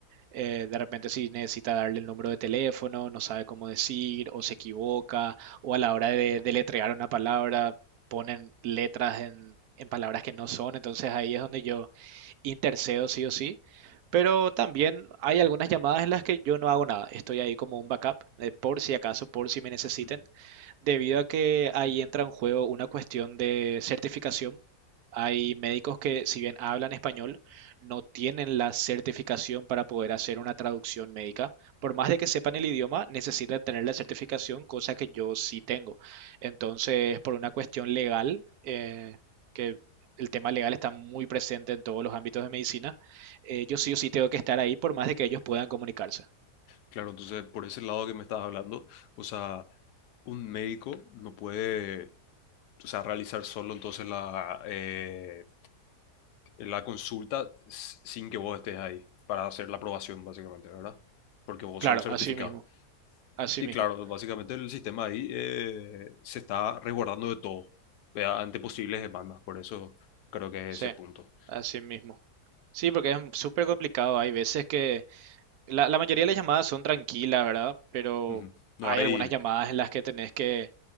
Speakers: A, on the right (about 75°); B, on the left (about 85°).
A: eh, de repente si necesita darle el número de teléfono, no sabe cómo decir, o se equivoca, o a la hora de deletrear una palabra, ponen letras en, en palabras que no son, entonces ahí es donde yo intercedo sí o sí. Pero también hay algunas llamadas en las que yo no hago nada, estoy ahí como un backup, eh, por si acaso, por si me necesiten,
B: Ujú.
A: debido a que ahí entra en juego una cuestión de certificación. Hay médicos que si bien hablan español, no tienen la certificación para poder hacer una traducción médica. Por más de que sepan el idioma, necesitan tener la certificación, cosa que yo sí tengo. Entonces, por una cuestión legal, eh, que el tema legal está muy presente en todos los ámbitos de medicina, eh, yo sí o sí tengo que estar ahí por más de que ellos puedan comunicarse.
B: Claro, entonces por ese lado que me estabas hablando, o sea, un médico no puede, o sea, realizar solo entonces la, eh, la consulta s- sin que vos estés ahí para hacer la aprobación, básicamente, ¿verdad? Porque vos
A: Claro,
B: sos el certificado.
A: así mismo, así
B: Y
A: mismo,
B: claro, básicamente el sistema ahí eh, se está resguardando de todo, ¿verdad? ante posibles demandas, por eso creo que
A: sí,
B: es ese punto.
A: así mismo. Sí, porque es súper complicado. Hay veces que La, la mayoría de las llamadas son tranquilas, ¿verdad? Pero
B: Ujú. No
A: hay
B: hay,
A: algunas llamadas en las que tenés que,